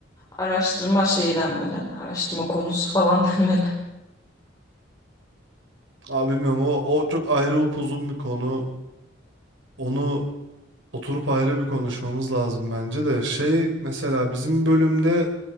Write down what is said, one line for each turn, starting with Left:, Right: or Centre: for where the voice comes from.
Left: Araştırma şeyi denmeli. yani Araştırma konusu falan <laughs> denmeli.
Right: abi bilmiyorum o, o çok ayrı upuzun bir konu. Onu oturup ayrı bir konuşmamız lazım bence de. Şey mesela bizim bölümde